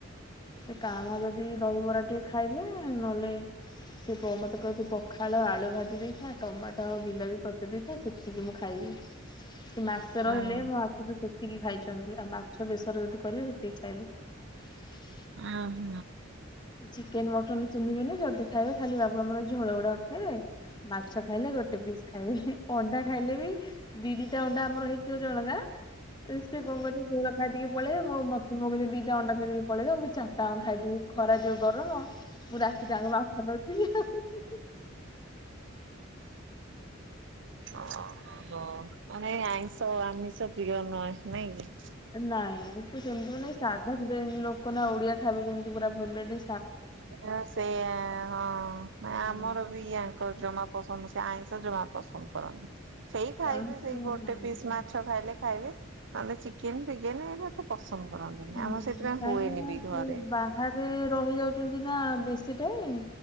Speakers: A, on the left; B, on the right.
A: ସେ କାଁ ଭା ଯଦି ଦହିବରା ଟିକେ ଖାଇବେ, ନହେଲେ ସେ ମତେ କହିବେ ପ ପଖାଳ ଆଳୁ ଭାଜି ଦେଇଥା ଟମାଟୋ ଆଉ ବିଲାତି ପତ ଦେଇଥା ସେତିକି ମୁଁ ଖାଇବି। ସେ ମାସ
B: ହୁଁ
A: ରହିଲେ ମୋ ହାତରୁ ସେ ସେତିକି ଖାଇଛନ୍ତି ଆଉ ମାଛ ବେସରେ ଯଦି କରିବେ ସେତିକି ଖାଇବେ
B: ଅ ହ।
A: ଚିକେନ, ମଟନ ଚିହ୍ନିବେନି। ଯଦି ଖାଇବେ ଖାଲି ବାବା ଆମର ଝୋଳ ଗୁଡାକ ଖାଇବେ। ମାଛ ଖାଇଲେ ଗୋଟେ ପିସ୍ ଖାଇବେ। ଅଣ୍ଡା ଖାଇଲେ ବି ଦି ଦିଟା ଅଣ୍ଡା ଆମର ହେଇଥିବ ଜଣକା ସେ କଣ କରନ୍ତି ଝୋଳ ଖାଇଦେଇକି ପଳେଇବେ। ମୋ ମତେ ତୁମକୁ ଯଦି ଦିଟା ଅଣ୍ଡା ଥୋଇକି ପଳେଇବେ। ମୁଁ ଚାରିଟା ଖାଇଦେବି ଖରା ଯୋଉ ଗରମ ମୁଁ ରାତିଟା ଯାକ ବାମ୍ଫ ନଉଛି ଆଉ ନହୁ।
B: ଓହ ମାନେ ଆଇଁଷ ଆମିଷ ପ୍ରିୟ ନୁହେ ନାଇଁ କି?
A: ନାଇଁ ସେମିତି ବି ନାଇଁ ସାଧା ସେମିତି ଲୋକ ନା ଓଡିଆ ଖାଇବେ ଯେମିତି ପୁରା ଫେବୋରାଇଟ
B: ଆଁ ସେଇୟା ହଁ ଆମର
A: ହଁ
B: ବି ଇୟାଙ୍କର ବି ଜମା ପସନ୍ଦ, ସେ ଆଇଁଷ ଜମା ପସନ୍ଦ କରନ୍ତିନି। ସେଇ ଖାଇବେ
A: କାରଣ
B: ସେଇ
A: ସେ
B: ଗୋଟେ
A: ହଁ ହୁଁ।
B: ପିସ୍ ମାଛ ଖାଇଲେ ଖାଇବେ, ନହଲେ ଚିକେନ ଫିକେନେ ନହନେ ଏତେ ପସନ୍ଦ କରନ୍ତିନି
A: ହୁଁ,
B: ଆମର ସେଥିପାଇଁ
A: କାହିଁକି
B: ହୁଏନି
A: ନା?
B: ବି
A: ସେ
B: ଘରେ
A: ବାହାରେ ରହିଯାଉଛନ୍ତି ନା ବେଶୀ ଟାଇମ୍,